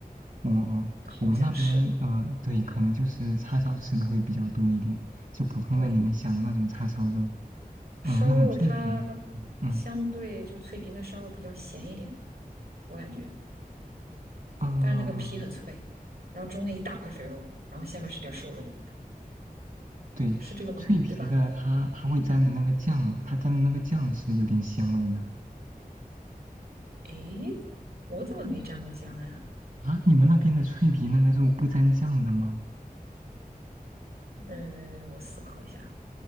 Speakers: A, on the right (about 55°); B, on the right (about 85°).
A: 嗯嗯，
B: 好像是。
A: 我们那边呃，对，可能就是叉烧吃的会比较多一点，就普通的你们想的那种叉烧肉，
B: 对，烧肉它相对就脆皮那烧肉比较咸一点，
A: 嗯、那种脆皮的，对嗯
B: 我感觉。
A: 呃，
B: 但是那个皮很脆，然后中间一大块肥肉，然后下面是点瘦肉，
A: 对，
B: 是这个吗？
A: 脆皮的它它会沾的那个酱嘛，
B: 对吧？
A: 它沾的那个酱是有点鲜味的
B: 诶，我怎么没蘸过酱呀？
A: 啊。你们那边的脆皮那个肉不沾酱的吗？
B: 呃，我思考一下，